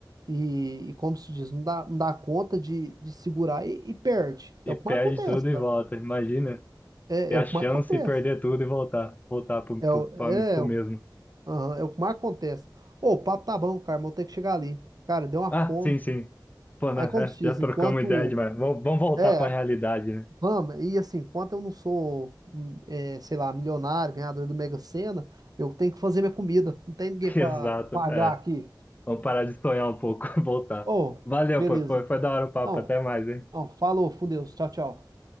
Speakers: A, on the right; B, on the left.
A: e, e como se diz, não dá, não dá conta de, de segurar e, e perde.
B: e
A: É o
B: perde
A: que mais acontece,
B: tudo
A: cara.
B: e volta, imagina,
A: É,
B: ter
A: é
B: a
A: o que
B: chance
A: mais acontece.
B: de perder tudo e voltar, voltar pro,
A: É,
B: pro,
A: o-
B: pra-
A: é,
B: pro mesmo.
A: Aham, é o que mais acontece. Ô, o papo tá bom, cara, mas eu tenho que chegar ali. Cara, deu uma
B: Ah,
A: fome.
B: sim, sim, pô,
A: Aí,
B: né,
A: como
B: é,
A: se diz,
B: já trocamos
A: enquanto.
B: ideia demais, vamos, vamos voltar
A: É,
B: pra realidade, né?
A: vamos, e assim, enquanto eu não sou, hum, é, sei lá, milionário, ganhador do Mega Sena, eu tenho que fazer minha comida. Não tem ninguém
B: <laughs>
A: pra
B: Exato,
A: pra pagar
B: é,
A: aqui.
B: vamos parar de sonhar um pouco, <laughs> voltar.
A: Ô,
B: Valeu,
A: beleza.
B: pô, foi, foi da hora o papo,
A: Não,
B: até mais, hein?
A: não, falou, com Deus. Tchau, tchau.